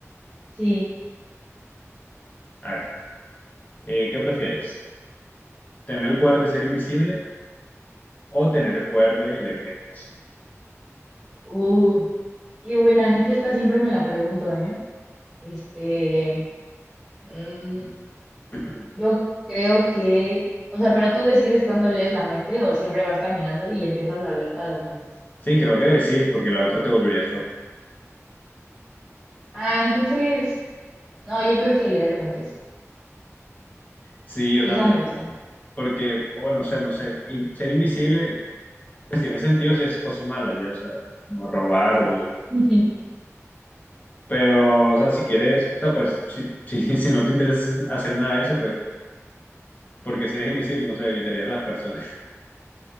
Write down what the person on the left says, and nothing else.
A ver, eh, ¿qué prefieres? ¿Tener el poder de ser invisible o tener el poder de leer mentes?
<clears throat>
Sí, creo que decides porque la otra te volverías loco.
Sí, yo
también.
Porque, bueno, no sé, no sé. Y ser invisible, pues tiene sentido si haces cosas malas, ya, o sea, como robar o.
Pero, o sea, si quieres, o sea, pues, si, <laughs> si, si no te interesa hacer nada de eso, pues Porque si eres invisible, no sé, evitarías las personas.